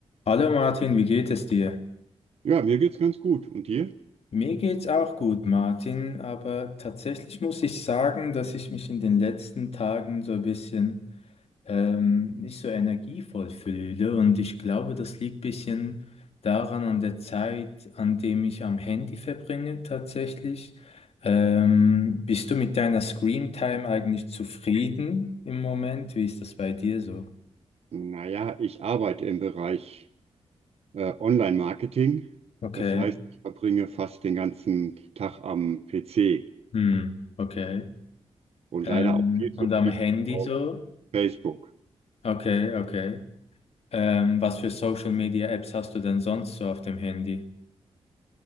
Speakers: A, on the left; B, on the right.
A: Hallo Martin, wie geht es dir?
B: Ja, mir geht's ganz gut. Und dir?
A: Mir geht's auch gut, Martin, aber tatsächlich muss ich sagen, dass ich mich in den letzten Tagen so ein bisschen ähm, nicht so energievoll fühle und ich glaube, das liegt ein bisschen daran an der Zeit, an dem ich am Handy verbringe tatsächlich. Ähm, bist du mit deiner Screen Time eigentlich zufrieden im Moment? Wie ist das bei dir so?
B: Naja, ich arbeite im Bereich äh, Online-Marketing.
A: Okay.
B: Das heißt, ich verbringe fast den ganzen Tag am PC
A: Hm, okay.
B: und
A: Ähm,
B: leider auch viel zu
A: und am
B: viel
A: Handy
B: auf
A: so?
B: Facebook.
A: Okay, okay. Ähm, was für Social Media Apps hast du denn sonst so auf dem Handy?